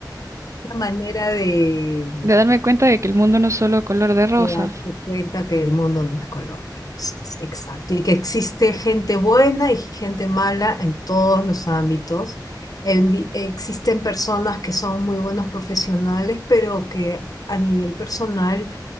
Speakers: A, on the left; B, on the right.
A: una manera de
B: de darme cuenta de que el mundo no es solo color de rosas.
A: de darse cuenta que el mundo no es color de rosas. Exacto. Y que existe gente buena y gente mala en todos los ámbitos. En vi- existen personas que son muy buenos profesionales, pero que a nivel personal